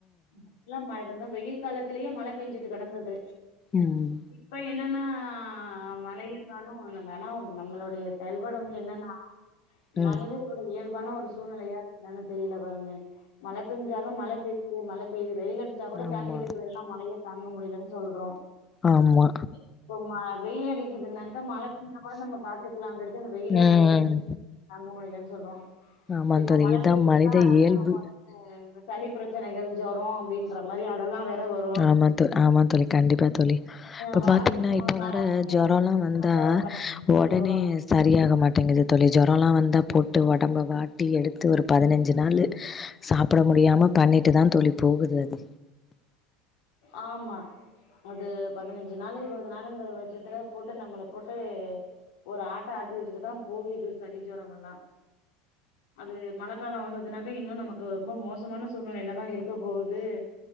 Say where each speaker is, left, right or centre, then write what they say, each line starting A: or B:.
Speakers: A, on the left; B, on the left.
A: ம் எல்லா <unintelligible> வெயில் காலத்திலயே மழ பேஞ்சுட் து கெடந்தது
B: ம்.
A: இப்ப என்னானா ஆ மழையு காணூ ஒண் நம்ப ஆனா ஒன்னு நம்மளோடையே <unintelligible> வந்து என்னென்னா
B: ம்.
A: மனிதர்களுடைய இயல்பான ஒரு சூழ்நிலையா <inaudible> தெரியல பாருங்க மழ பெஞ்சாலு மழ பெயுது மழ ய்து வெயில் அடிச்சா கூட
B: ஆமா.
A: தாங்கிட்டு போயிடல்லா மழைய தாங்க முடியலன்னு சொல்றோ
B: ஆமா.
A: இப்போ மா வெயில் அடிக்குதுனாக்கா மழ <inaudible> கூட நம்ம பாத்துக்கலா அங்க இருக்குற வெயில
B: ம்.
A: வெயில் <unintelligible> <unintelligible> சொல்றோ
B: ஆமா
A: இப்ப
B: தோழி.
A: மழ
B: இதுதான்
A: பேஞ்ஜிருந்தா
B: மனித
A: அடுத்து
B: இயல்பு.
A: நம்ம <unintelligible> சளி பிரச்சனைகள் ஜொரோ அப்படின்ற மாரி அதெல்லா வேற வரு
B: ஆமா தோ ஆமா தோழி கண்டிப்பா தோழி
A: ஆ
B: இப்ப
A: வாரத்துல
B: பாத்தீங்கன்னா இப்ப
A: ஒரு நாளாவது
B: வர
A: என்னோட
B: ஜொரொல்லா
A: பெரிய
B: வந்தா
A: பாப்பா பத்தினி நாள்
B: ஒடனே
A: போடுவா
B: சரியாக மாட்டேங்குது தோழி ஜொரொல்லா வந்தாப் போட்டு ஒடம்ப வாட்டி எடுத்து ஒரு பதினஞ்சு நாள் சாப்புட முடியாம பண்ணிட்டுதா தோழி போகுது அது
A: ஆமா அது பதினஞ்சு நாள் இருவது நாளுங்குற பட்சத்துல போட்டு நம்மள போட்டு ஒரு ஆட்டு ஆட்டி வச்சுட்டுதா போகுது சளி ஜொரோமெல்லா அது மழக்காலோ வந்ததுனாக்கா இன்னு நமக்கு ரொம்ப மோசமான சூழ்நிலையிலதா இருக்க போகுது